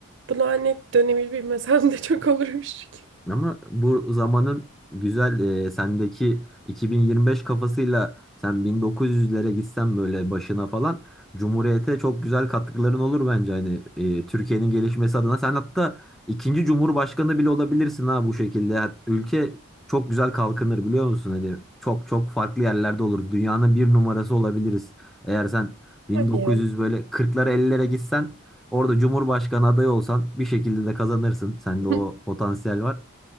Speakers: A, on the right (about 55°); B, in the centre.
A: bu lanet dönemi bilmesem de çok olurmuş.
B: Ama bu zamanın güzel e, sendeki 2025 kafasıyla sen 1900'lere gitsen böyle başına falan Cumhuriyete çok güzel katkıların olur bence hani e, Türkiye'nin gelişmesi adına. Sen hatta ikinci Cumhurbaşkanı bile olabilirsin ha bu şekilde. Ha- Ülke çok güzel kalkınır biliyor musun? Hani çok çok farklı yerlerde olur. Dünyanın bir numarası olabiliriz. Eğer sen 1900
A: Hadi.
B: böyle 40'lara 50'lere gitsen Orada Cumhurbaşkanı adayı olsan bir şekilde de kazanırsın. Sende
A: <laughs>
B: o potansiyel var.